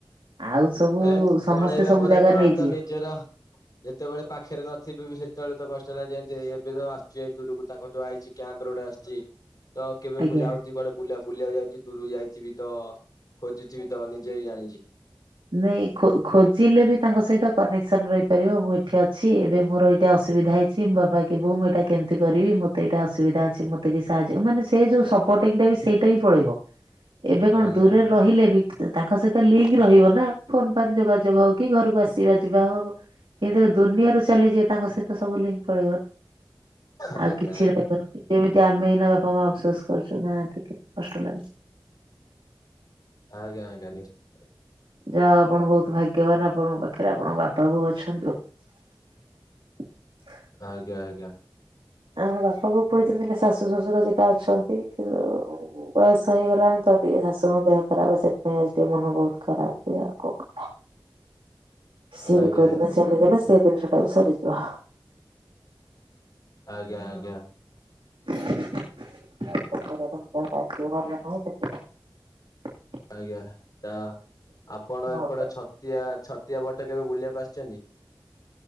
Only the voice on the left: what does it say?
ହେତ୍
ପଳେଇବା
ପରେ
କଣ
ତ ନିଜର ଯେତେବେଳେ ପାଖେରେ ନଥିବେ ବି ସେତେବେଳେ ତ କଷ୍ ଟ ଯେମିତି ହେଇ ଏବେ ତ ଆସିଛି ଏଇ ଦୂରକୁ ତାଙ୍କର ଯୋଉ ଆଇଛି କ୍ୟାମ୍ପରେ ଗୋଟେ ଆସିଛି ତ କେବେ
ମୁଁ ଯାଉଛି କୁଆଡେ ବୁଲା ବୁଲିବାକୁ ଯାଉଛି ଦୂରୁକୁ ଯାଇଥିବି ତ ଖୋଜୁଥିବି ତ ନିଜେ ବି ଜାଣିଛି।
ଆଜ୍ଞା
ଆଜ୍ଞା
ଆଜ୍ଞା।
ଆଜ୍ଞା ଆଜ୍ଞା ନିଶ୍ଚିତ ଆ
ଆଜ୍ଞା ଆଜ୍ଞା।
ଆଜ୍ଞା
ଆଜ୍ଞା ଆଜ୍ଞା।
ଆଜ୍ଞା। ତ ଆପଣ
ଏପଟେ ଛତିଆ ଛତିଆ ବଟ କେବେ ବୁଲିବାକୁ ଆସିଚନ୍ତି?